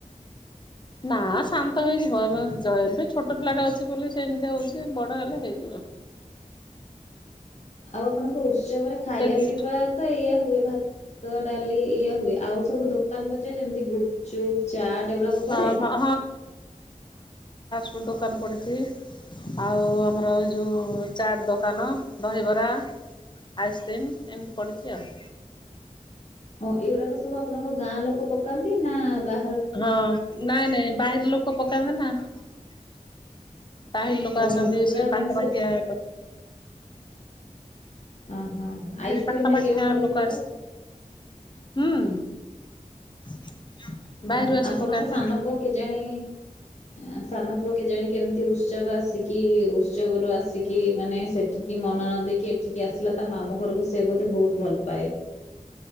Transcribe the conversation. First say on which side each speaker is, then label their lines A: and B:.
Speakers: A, on the left (about 35°); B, on the left (about 50°).
A: ନାଁ ଶାନ୍ତ ହେଇଯିବ, ଏବେ ଜ ଏବେ ଛୋଟ ପିଲାଟେ ଅଛି ବୋଲି ସେମତି ହୋଉଚି ବଡ ହେଲେ ହେଇଯିବ।
B: ଆଉ ଆପଣଙ୍କ ଓସ୍ ଉତ୍ସବରେ ଖାଇବା
A: ସେ ଦୁଷ୍ଟ
B: ପିଇବା ତ ଏଇଆ ହୁଏ ଭାତ ଡାଲି ଏଇଆ ହୁଏ ଆଉ ସବୁ ଦୋ କାନ ବଜା ଯେମିତି ଗୁପଚୁପ୍ ଚାଟ ଏଉଡାକ ପଡ଼େ?
A: ହଁ ହଁ ଟୁ ଡୋକାନ ପଡ଼ିଚି, ଆଉ ଆମର ଏ ଯୋଉ ଚାଟ ଦୋକାନ, ଦହିବରା, ଆଇସ୍କ୍ରିମ୍ ଏମତି ପଡ଼ିଚି ଆଉ।
B: ହଁ ଏଉରାକ ସବୁ ଆପଣଙ୍କ ଗାଁ ଲୋକ ପକାନ୍ତି ନାଁ ବା
A: ହଁ ନାଇଁ ନାଇଁ ବାହିର ଲୋକ ପକାନ୍ତି ନାଁ <inaudible> ବାହିର ଲୋକ
B: ଓହୋ
A: ଆସନ୍ତି
B: ପୁରା
A: ସେ ପାଖାପାଖିଆ
B: ମାନେ
A: ଏପ <inaudible>
B: ଅଁ ହଁ ଆଇସ୍କ୍ରିମ
A: ପାଖାପାଖି
B: ହେରିକା ବି
A: ଗାଁ
B: ପଡୁଥୁବ
A: ଲୋକ ଆସି
B: ତ? <inaudible>
A: ହୁଁ। <inaudible>
B: ହଁ
A: ବାହାରୁ ଆସି
B: ଆପଣଙ୍କ
A: ପକାନ୍ତି।
B: ସାନ ପୁଅ କେଯାଣି ଅଁ ସାନ ପୁଅ କେଜାଣି କେମ ଏ ଉତ୍ସବ ଆସିକି ଉତ୍ସବରୁ ଆସିକି ମାନେ ସେଠିକି ମନ ନ ଦେଇକି ଏଠିକି ଆସିଲା ତା ମାମୁଁ ଘରକୁ ସେ ବୋଧେ ବୋହୁତ ଭଲ ପାଏ। <inaudible>